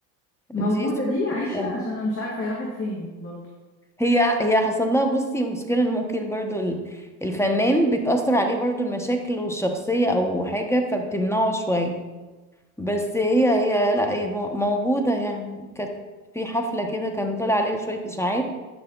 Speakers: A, on the left (about 30°); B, in the centre.
A: موجودة
B: دي سوبر
A: دي
B: جميل
A: عايشة
B: قوي
A: عشان أنا مش عارفة هي راحت فين برضه
B: هي هي حصل لها بصي مشكلة إن ممكن برضو ال- الفنان بتأثر عليه برضو المشاكل الشخصية أو حاجة فبتمنعه شوية بس هي هي لا هي مو- موجودة يعني كانت في حفلة كده كان طلع عليها شوية إشاعات